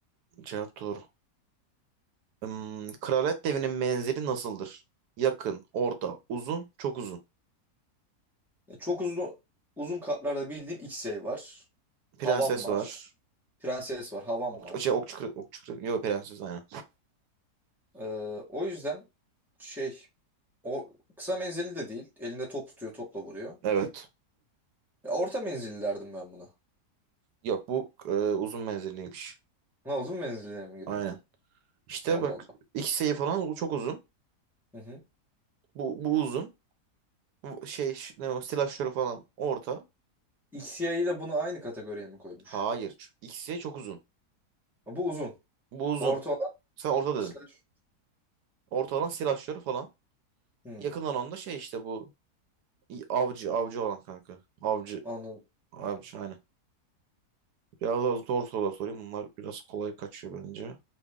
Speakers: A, on the right; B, in the centre.
A: Cevap doğru. Hmm, Kraliyet devinin menzili nasıldır? Yakın, orta, uzun, çok uzun.
B: E, Çok uzun uzun kartlarda bildiğim Xey var.
A: Prenses
B: Havan var.
A: var.
B: Prenses var. Havan
A: Ok,
B: var.
A: şey, okçu, kra- okçu, kra- yok prenses aynen.
B: Ee, o yüzden şey o kısa menzilli de değil. Elinde top tutuyor, topla vuruyor.
A: Evet.
B: Ya, orta menzilli derdim ben buna.
A: Yok bu e, uzun menzilliymiş.
B: Ne uzun menzilliye mi giriyor?
A: Aynen. İşte
B: Allah
A: bak
B: Allah.
A: iki sayı falan u- çok uzun.
B: Hı hı.
A: Bu, bu uzun. Bu Şey ş- ne o, silajları falan orta.
B: Xey ile bunu aynı kategoriye mi koymuş?
A: Hayır. ç- İkisi çok uzun.
B: Ha, Bu uzun.
A: Bu uzun.
B: Orta olan
A: Sen orta dedin.
B: slash.
A: Orta olan silajları falan.
B: Hmm,
A: Yakın olan da şey işte bu i- avcı avcı olan kanka. Avcı
B: anladım.
A: avcı aynen. Biraz daha zor sorular sorayım. Bunlar biraz kolay kaçıyor bence.